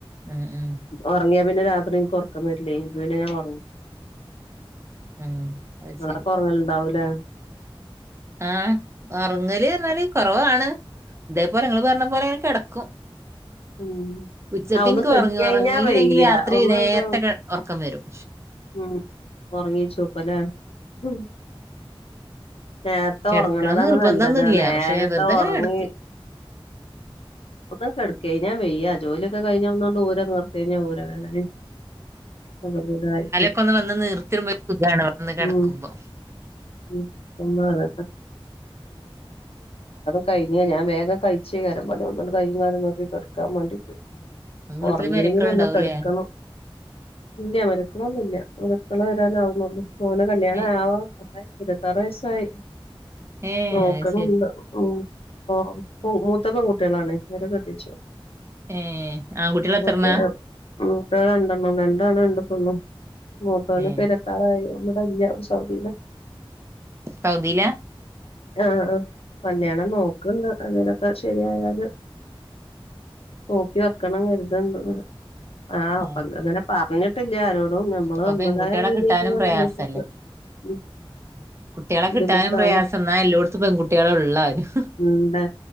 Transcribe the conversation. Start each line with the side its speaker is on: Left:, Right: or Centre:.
Right: ആഹ് ആഹ്
Left: ഉറങ്ങിയാ പിന്നെ രാത്രി എനിക്ക് ഉറക്കം വരില്ലേ ഇത് പിന്നെ ഞാൻ ഉറങ്ങും
Right: ഉം അത്
Left: അവിടപ്പം
Right: ശരി
Left: ഉറങ്ങൽ ഇണ്ടാവൂല്ലേ
Right: ആഹ് ഉറങ്ങല് പറഞ്ഞാല് കുറവാണ് ഇതേപോലെ നിങ്ങള് പറഞ്ഞ പോലെ അങ്ങനെ കിടക്കും
Left: ഉം
Right: ഉച്ചക്ക്‌
Left: ആഹ് ഒന്ന്
Right: എനിക്ക്
Left: കെടുക്കഴിഞ്ഞാ
Right: ഉറങ്ങ ഉറങ്ങിയില്ലെങ്കില്
Left: വയ്യ
Right: രാത്രി
Left: ഒന്ന്ണ്ട്
Right: നേരത്തെ കെ ഉറക്കം വരും
Left: ഉം ഉറങ്ങീച്ചോപ്പല്ലേ ഉം നേരത്തെ
Right: കിടക്കണം
Left: ഒറങ്ങണതാണ്
Right: നിർബന്ധമൊന്നുമില്ല
Left: നല്ലത് നേരത്തെ
Right: പക്ഷെ വെറുതെ അങ്ങനെ
Left: ഒറങ്ങി
Right: കിടക്കും
Left: <inaudible> ഒന്ന് കെടക്ക കഴിഞ്ഞാ വെയ്യാ ജോലിയൊക്കെ കഴിഞ്ഞ ഒന്നൊണ്ട് ഊര നിവർത്ത് കഴിഞ്ഞാ ഊര വേദനയും ഒന്നും കൂടായി
Right: ക്കെ ഒന്ന് വന്ന് നിർത്തിയിടുമ്പോ സുഗാണ് വന്ന് കെടക്കുമ്പോ
Left: ഉം <unintelligible> കഴിഞ്ഞ് ഞാൻ വേഗം കഴിച്ചേകാരം പണി ഒന്നൂടെ കയ്യും കാലും നിവർത്തി കിടക്കാൻ വേണ്ടീട്ട്
Right: വീട്ടില്
Left: ഒറങ്ങീല്ലെങ്കിലും
Right: മരക്കൾ ഉണ്ടാവൂലേ
Left: ഒന്ന് കെടക്കണം ഇല്ല മരുമക്കള് ഒന്നുവില്ല മരുമക്കള് വരാനാവുന്നുള്ളൂ മോന്റെ കല്യാണം
Right: ഏ
Left: ആവാൻ ആയി ഇരുപത്താറ് വയസ്സായി
Right: ഏ
Left: നോക്കണുണ്ട്
Right: അത് ശരി
Left: ഉം ഓഹ് മൂത്തത് പെൺകുട്ടികളാണ് ഓരെ കെട്ടിച്ചു
Right: ഏ ആൺകുട്ടികൾ എത്രണ്ണാ
Left: മറ്റേ മൂത്തത് രണ്ടെണം രണ്ടാണ് രണ്ട് പെണ്ണും മൂത്തവന്
Right: ഏ
Left: ഇപ്പ ഇരുപത്താറായി ഇവടെ ഇല്ല സൗദിയിലാ
Right: സൗദീല
Left: ആഹ് ആഹ് കല്യാണം നോക്കണുണ്ട് അങ്ങനൊക്കെ ശരിയായാല് നോക്കി വെക്കണം കരുതണുണ്ട് അങ്ങനെ ആഹ്
Right: ആ
Left: അപ്പ ഞങ്ങൾ അങ്ങനെ പറഞ്ഞിട്ടില്ല ആരോടും നമ്മള്
Right: ഇപ്പൊ
Left: നമ്മടേതായ
Right: പെൺകുട്ടികളെ
Left: രീതിക്ക്
Right: കിട്ടാനും
Left: ഇങ്ങനെ
Right: പ്രയാസല്ലേ
Left: അന്വേഷിക്കും ഉം
Right: കുട്ടികളെ
Left: ബുദ്ധിമുട്ടാണ്
Right: കിട്ടാനും പ്രയാസം എന്നാ എല്ലോടുത്തും പെകുട്ടികള് ഒള്ളാനും
Left: ഇണ്ട്